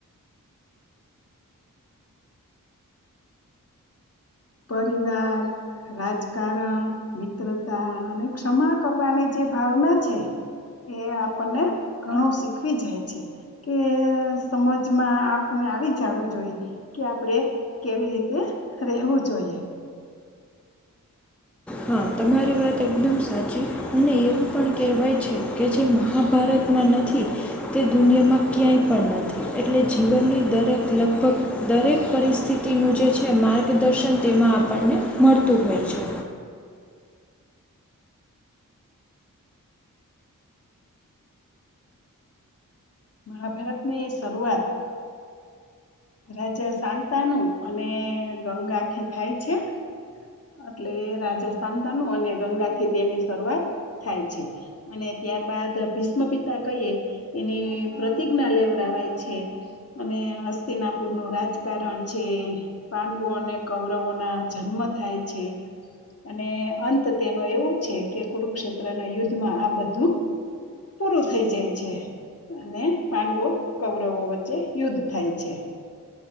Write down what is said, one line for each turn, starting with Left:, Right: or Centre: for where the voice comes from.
Left: પરિવાર, રાજકારણ, મિત્રતા અને ક્ષમા કરવાની જે ભાવના છે એ આપણને ઘણું શીખવી જાય છે. કે સમજમાં આપને આવી જાવ જોઈએ કે આપડે કેવી રીતે રહેવું જોઈએ.
Centre: હા, તમારી વાત એકદમ સાચી અને એવું પણ કહેવાય છે કે જે મહાભારતમાં નથી તે દુનિયામાં ક્યાંય પણ નથી. એટલે જીવનની દરેક લગભગ દરેક પરિસ્થિતિનું જે છે માર્ગદર્શન તેમાં આપણને મળતું હોય છે.
Left: મહાભારતની શરૂઆત રાજા સાંતાનું અને ગંગાથી થાય છે. એટલે રાજા સાંતાનું અને ગંગાથી તેની શરૂઆત થાય છે. અને ત્યારબાદ ભીષ્મપિતા કહીએ એની પ્રતિજ્ઞા લેવરાવાય છે. અને હસ્તિનાપુરનું રાજકારણ છે પાંડવો અને કૌરવોના જન્મ થાય છે. અને અંત તેનો એવું છે કે કુરુક્ષેત્ર ના યુદ્ધમાં આ બધું પૂરું થઇ જાય છે અને પાંડવો કૌરવો વચ્ચે યુદ્ધ થાય છે